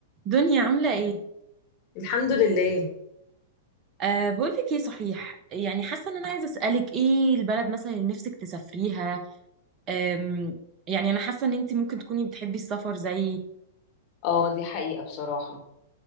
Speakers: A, on the right; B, on the left.
A: دنيا عاملة ايه؟
B: الحمد لله
A: أه بقولك ايه صحيح يعني حاسة ان انا عايزة اسألك ايه البلد مثلا اللي نفسك تسافريها أم يعني انا حاسة ان انتي ممكن تكوني بتحبي السفر زي
B: اه دي حقيقة بصراحة